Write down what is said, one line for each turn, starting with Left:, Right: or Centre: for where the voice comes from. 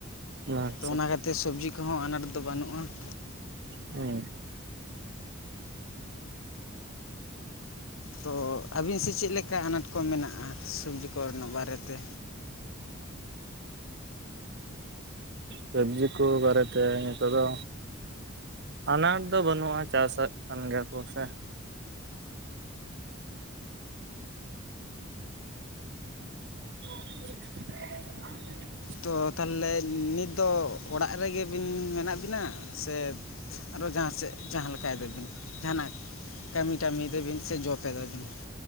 Right: ᱟᱪᱪᱷᱟ
Left: ᱛᱚ ᱚᱱᱟ ᱠᱷᱟᱹᱛᱤᱨ ᱥᱚᱵᱽᱡᱤ ᱠᱚᱦᱚᱸ ᱟᱱᱟᱴ ᱫᱚ ᱵᱟᱹᱱᱩᱜᱼᱟ ᱾
Right: ᱦᱩᱸ
Left: ᱛᱚ ᱟᱹᱵᱤᱱ ᱥᱮᱜ ᱪᱮᱜ ᱞᱮᱠᱟ ᱟᱱᱟᱴ ᱠᱚ ᱢᱮᱱᱟᱜᱼᱟ ᱥᱚᱵᱽᱡᱤ ᱠᱚ ᱨᱮᱱᱟᱜ ᱵᱟᱨᱮᱛᱮ?
Right: ᱥᱚᱵᱽᱡᱤ ᱠᱚ ᱵᱟᱨᱮᱛᱮ ᱱᱤᱛᱚᱜ ᱫᱚ ᱟᱱᱟᱴ ᱫᱚ ᱵᱟᱹᱱᱩᱜᱼᱟ ᱪᱟᱥᱮᱜ ᱠᱟᱱ ᱜᱮᱭᱟ ᱠᱚ ᱥᱮ ᱾ <inaudible>
Left: ᱛᱚ ᱛᱟᱞᱞᱮᱡ ᱱᱤᱛ ᱫᱚ ᱚᱲᱟᱜ ᱨᱮᱜᱮ ᱵᱤᱱ ᱢᱮᱱᱟᱜ ᱵᱤᱱᱟ? ᱥᱮᱼᱼ ᱟᱨᱚ ᱡᱟᱦᱟᱸ ᱥᱮᱜ ᱡᱟᱦᱟᱸ ᱞᱮᱠᱟᱭ ᱫᱟᱹᱵᱤᱱ? ᱡᱟᱦᱟᱸᱱᱟᱜᱼᱼ ᱠᱟᱹᱢᱤ ᱴᱟᱢᱤᱭ ᱫᱟᱵᱤᱱ ᱥᱮ ᱡᱚᱵ ᱮᱫᱟ ᱵᱤᱱ?